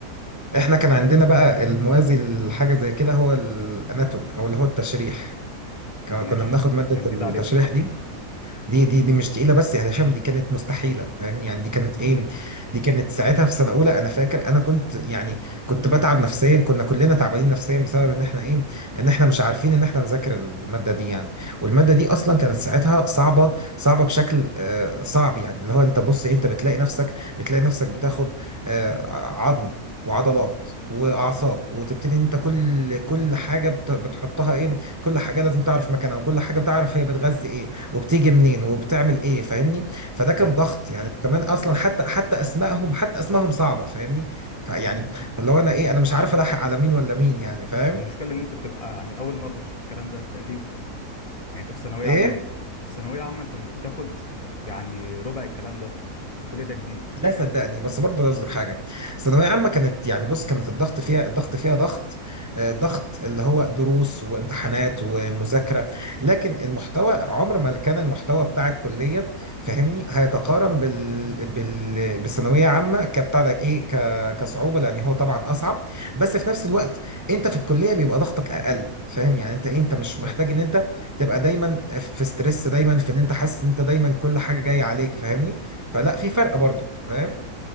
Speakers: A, on the right (about 25°); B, on the left (about 35°).
A: احنا كان عندنا بقى الموازي لحاجه زي كده هو الاناتوم او اللي هو التشريح ك-
B: ماشي
A: كنا بناخد ماده
B: ده جديد
A: التشريح
B: عليكم
A: دي دي دي دي مش تقيله بس يعني هشام دي كانت مستحيله فاهمني يعني دي كانت ايه
B: مم.
A: دي كانت ساعتها في سنه اولى انا فاكر انا كنت يعني كنت بتعب نفسيا كنا كلنا تعبانين نفسيا بسبب ان احنا ايه ان احنا مش عارفين ان احنا نذاكر الماده دي يعني والماده دي اصلا كانت ساعتها صعبه صعبه بشكل آه صعب يعني اللي هو انت بص إيه، انت بتلاقي نفسك بتلاقي نفسك بتاخد آه عظم وعضلات واعصاب وتبتدي ان انت كل كل حاجه بت- بتحطها ايه كل حاجه لازم تعرف مكانها وكل حاجه بتعرف هي بتغذي ايه وبتيجي منين وبتعمل ايه فاهمني فده كان
B: فاهم
A: ضغط يعني
B: مم.
A: كمان اصلا حتى حتى اسمائهم حتى اسمائهم صعبه فاهمني فيعني فاللي هو انا ايه انا مش عارف الحق على مين ولا مين يعني فاهم
B: والمشكله ان انت بتبقى يعني اول مره تشوف الكلام ده تقريبا يعني انت في ثانويه
A: ايه
B: عامه في ثانويه عامه انت مش بتاخد يعني ربع الكلام ده كل ده جديد
A: لا صدقني بس برضه عايز أقولك حاجه ثانويه عامه كانت يعني بص كانت الضغط فيها الضغط فيها ضغط آه، ضغط اللي هو دروس وامتحانات ومذاكره لكن المحتوى عمر ما كان المحتوى بتاع الكليه فاهمني هيتقارن بال بال بالثانويه عامه كبتاع ده ايه ك... كصعوبه لان هو طبعا اصعب بس في نفس الوقت انت في الكليه بيبقى ضغطك اقل فاهم يعني انت إيه؟ انت مش محتاج
B: فاهم
A: ان انت تبقى دايما في ستريس دايما في ان انت حاسس ان انت دايما كل حاجه جايه عليك فاهمني فلا في فرق برضه فاهم؟